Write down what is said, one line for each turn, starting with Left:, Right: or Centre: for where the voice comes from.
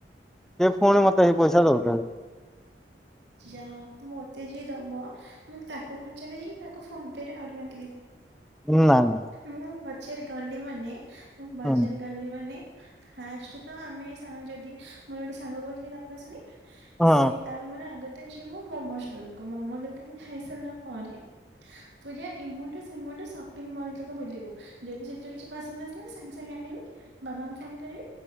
Centre: ସେ ପୁଣି ମତେ ହେଇ ପଇସା ଦଉଥେବେ।
Right: ଯାହାହଉ ମତେ ଯିଏ ଦବ ମୁଁ ତାକୁ ଖର୍ଚ୍ଚ କରିକି ତା ସାଙ୍ଗରେ ଆହୁରି <unintelligible>
Centre: ହୁଁ ନାଇଁ ନାଇଁ।
Right: ମୁଁ ବଜାର ଗଲେ ମାନେ ମୁଁ ବଜାର
Centre: ହୁଁ
Right: ଗଲି ମାନେ ଫାଷ୍ଟ ତ ଆମେ ସାଙ୍ଗ ଯଦି ମୋର ଗୋଟେ ସାଙ୍ଗ କହୁଥିଲା ତପଶ୍ୱନୀ
Centre: ହଁ
Right: ସେ ତାର ମୋର ଆଗତ ଯିବୁ ମୋମୋ ଷ୍ଟଲ କୁ ମୋମୋ ଦୋକାନରୁ ଖାଇସାରିଲା ପରେ
Centre: <unintelligible>
Right: ପୁରା ଏ ମୁଣ୍ଡୁ ସେମୁଣ୍ଡୁ ସପିଙ୍ଗ ମଲ୍ ତକ ବୁଲିବୁ ଯଦି ସେଥିରୁ କିଛି ପସନ୍ଦ ଆସିଲା ସାଙ୍ଗେ ସାଙ୍ଗେ ଆଣିବି। ବାବାଙ୍କୁ ଫୋନ କରିବି